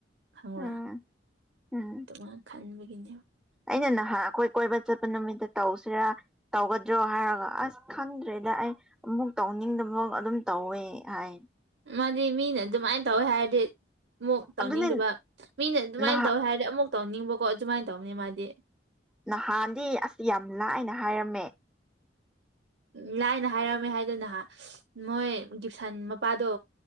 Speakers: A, on the right; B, in the centre.
A: ꯈꯪꯕ꯭ꯔꯥ
B: ꯎꯝ ꯎꯝ
A: ꯗꯨꯃꯥ꯭ꯏꯟ ꯈꯟꯕꯒꯤꯅꯦꯕꯥ
B: ꯑꯩꯅ ꯅꯍꯥꯟ ꯑꯩꯈꯣꯏ ꯀꯣꯏꯕ ꯆꯠꯄ ꯅꯨꯃꯤꯠꯇ ꯇꯧꯁꯤꯔꯥ ꯇꯧꯒꯗ꯭ꯔꯣ ꯍꯥꯏꯔꯒ ꯑꯁ ꯈꯪꯗ꯭ꯔꯦꯗ ꯑꯩ ꯑꯃꯨꯛ ꯇꯧꯅꯤꯡꯗꯕ ꯑꯗꯨꯝ ꯇꯧꯋꯦ ꯍꯥꯏ
A: ꯃꯥꯗꯤ ꯃꯤꯅ ꯑꯗꯨꯃꯥꯏꯅ ꯇꯧꯋꯦ ꯍꯥꯏ ꯗꯤ ꯑꯃꯨꯛ ꯇꯧꯅꯤꯡꯗꯕ
B: ꯑꯗꯨꯅꯦ
A: ꯃꯤꯅ ꯑꯗꯨꯃꯥꯏꯅ
B: ꯅꯍꯥꯟ
A: ꯇꯧꯋꯦ ꯍꯥꯏꯔꯗꯤ ꯑꯃꯨꯛ ꯇꯧꯅꯤꯡꯕꯀꯣ ꯑꯗꯨꯃꯥꯏꯅ ꯇꯧꯕꯅꯤ ꯃꯥꯗꯤ
B: ꯅꯍꯥꯟꯗꯤ ꯑꯁ ꯌꯥꯝ ꯂꯥꯏꯅ ꯍꯥꯏꯔꯝꯃꯦ
A: ꯎꯝ ꯂꯥꯏꯅ ꯍꯥꯏꯔꯝꯃꯦ ꯍꯥꯏꯗꯅ ꯍꯥꯟ ꯃꯣꯏ ꯒꯤꯞꯁꯟ ꯃꯄꯥꯗꯣ